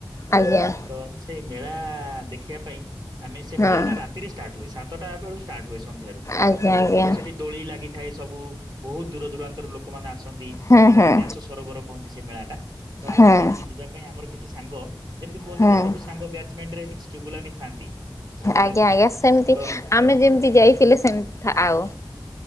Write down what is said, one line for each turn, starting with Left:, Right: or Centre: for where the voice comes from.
Left: ଆଜ୍ଞା।
Right: ତ ସେଇ ମେଳା ଦେଖିବା ପାଇଁ ଆମେ ସେ
Left: ହଁ
Right: ମେଳାଟା ରାତିରେ ଷ୍ଟାର୍ଟ ସାତଟା ବେଳୁ ଷ୍ଟାର୍ଟ ହୁଏ ସନ୍ଧ୍ୟାରୁ
Left: ଆଜ୍ଞା ଆଜ୍ଞା
Right: ତ ସେଠି ଦୋଳି ଲାଗିଥାଏ ସବୁ ବହୁତ ଦୂର ଦୂରାନ୍ତରୁ ଲୋକମାନେ ଆସନ୍ତି
Left: ହୁଁ
Right: ତ
Left: ହୁଁ
Right: ବ୍ୟାସ ସରୋବର କହନ୍ତି ସେ ମେଳା ଟା ତ ଆମେ
Left: ହୁଁ
Right: ସେଇଠିକି ଯିବା ପାଇଁ ଆମର କିଛି ସାଙ୍ଗ ଯେମିତି କୁହନ୍ତି
Left: ହୁଁ
Right: କି ସବୁ ସାଙ୍ଗ ବ୍ୟାଚମେଣ୍ଟ ରେ କିଛି ଚୁଗୁଲାମି ଥାନ୍ତି। ଚୁଗୁଲା
Left: ଆଜ୍ଞା
Right: ପିଲା
Left: ଆଜ୍ଞା ସେମିତି
Right: ତ
Left: ଆମେ ଯେମିତି ଯାଇଥିଲେ ସେମତି ଆଉ।